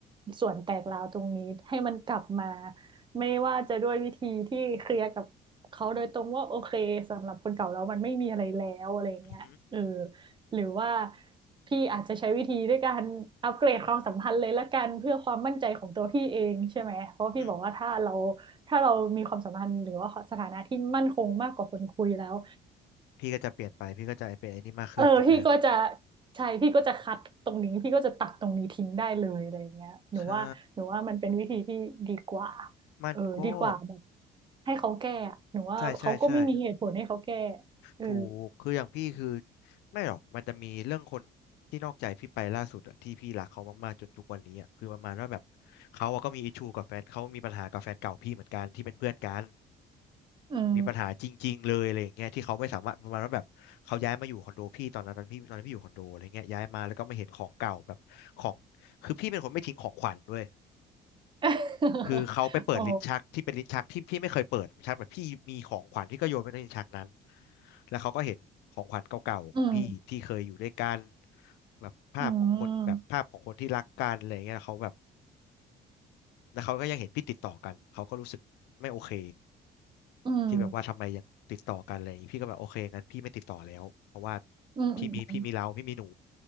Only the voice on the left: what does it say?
อือหือ
อืม
พี่ก็จะเปลี่ยนไปพี่ก็จะเป็นไอ้นี่มากขึ้นถูกไหม
ใช่มันก็
ใช่ใช่ใช่
ถูกคืออย่างพี่คือไม่หรอกมันจะมีเรื่องคนที่นอกใจพี่ไปล่าสุดอะที่พี่รักเขามากๆจนทุกวันนี้อะคือประมาณว่าแบบเขาอะก็มีอิชูกับแฟนเขามีปัญหากับแฟนเก่าพี่เหมือนกันที่เป็นเพื่อนกัน
มีปัญหาจริงๆเลยอะไรอย่างเงี้ยที่เขาไม่สามารถประมาณว่าแบบเขาย้ายมาอยู่คอนโดพี่ตอนนั้นตอนพี่ตอนนั้นพี่อยู่คอนโดอะไรเงี้ยย้ายมาแล้วก็มาเห็นของเก่าแบบของคือพี่เป็นคนไม่ทิ้งของขวัญด้วย
คือเขาไปเปิดลิ้นชักที่เป็นลิ้นชักที่พี่ไม่เคยเปิดลิ้นชักแบบพี่มีของขวัญที่ก็โยนไปในลิ้นชักนั้น
แล้วเขาก็เห็นของขวัญเก่าๆของพี่ที่เคยอยู่ด้วยกัน
แบบภาพของคนแบบภาพของคนที่รักกันอะไรเงี้ยเขาแบบ
แล้วเขาก็ยังเห็นพี่ติดต่อกันเขาก็รู้สึกไม่โอเค
ที่แบบว่าทำไมยังติดต่อกันอะไรอย่างงี้พี่ก็แบบโอเคงั้นพี่ไม่ติดต่อแล้วเพราะว่า
พี่มีพี่มีเราพี่มีหนู